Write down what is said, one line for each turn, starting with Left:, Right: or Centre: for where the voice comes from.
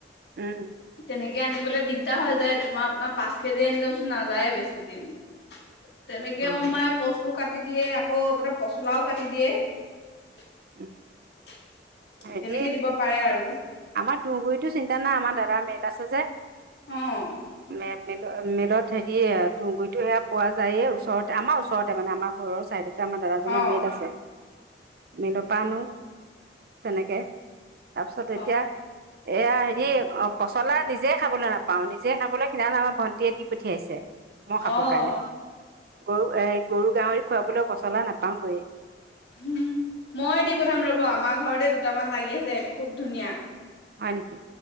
Right: উম,
Left: তেনেকে আনিবলৈ দিগদাৰ হয় যায় তোমাৰ আপোনাৰ পাঁচ কেজি আনিলেচোন ন'। সদায় বেছি দিন। তেনেকে
Right: অ',
Left: মোৰ মায়ে কচুও কাটি দিয়ে আকৌ এপ পচলাও কাটি দিয়ে। <inaudible>
Right: উম, হেৰি
Left: তেনেকে দিব পাৰে আৰু।
Right: আমাৰ তুঁহগুৰিতো চিন্তা নাই আমাৰ দাদাৰ মেড আছে যে।
Left: অ',
Right: মে মেল মেলত হেৰি তোগুৰিতো সেয়া পোৱা যায় ওচৰতে আমাৰ ওচৰতে মানে আমাৰ ঘৰৰ ছাইডত এয়া আমাৰ দাদাজনৰ
Left: অ',
Right: মেল আছে মিল পা আনো তেনেকে তাৰপিছত
Left: অ',
Right: এতিয়া এয়া হেৰি অ পচলা নিজে খাবলৈ নাপাওঁ নিজে খাবলৈ সিদিনা আমাৰ ভণ্টিয়ে দি পঠিয়াইছে মই খাবৰ
Left: অ',
Right: কাৰণে গৰু এ গৰু গাহৰি খুৱাবলৈ পচলা নাপাওঁ গৈয়ে
Left: উম মই দি পথাম ৰব আমাৰ ঘৰতে দু দুটামান লাগি আছে খুব ধুনীয়া
Right: হয় নিকি